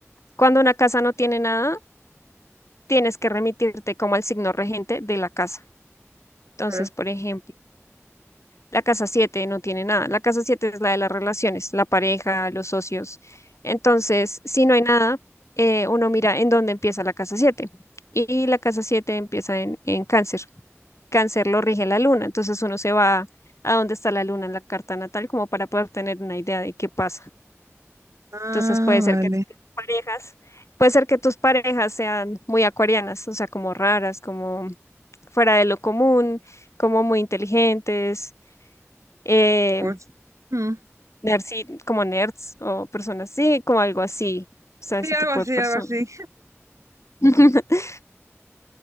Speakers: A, on the left; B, on the right.
A: cuando una casa no tiene nada, tienes que remitirte como al signo regente de la casa. Entonces,
B: Claro.
A: por ejemplo... La casa 7 no tiene nada. La casa 7 es la de las relaciones, la pareja, los socios. Entonces, si no hay nada, eh, uno mira en dónde empieza la casa siete Y la casa 7 empieza en, en cáncer. Cáncer lo rige la luna. Entonces uno se va a dónde está la luna en la carta natal como para poder tener una idea de qué pasa.
B: Ah,
A: Entonces puede ser
B: vale.
A: que tus parejas, puede ser que tus parejas sean muy acuarianas, o sea, como raras, como fuera de lo común, como muy inteligentes. eh,
B: Pues, mm,
A: Nerds, sí, como nerds o personas así, como algo así, o sea, ese
B: sí, algo
A: tipo
B: así,
A: de personas.
B: algo así.
A: <laughs>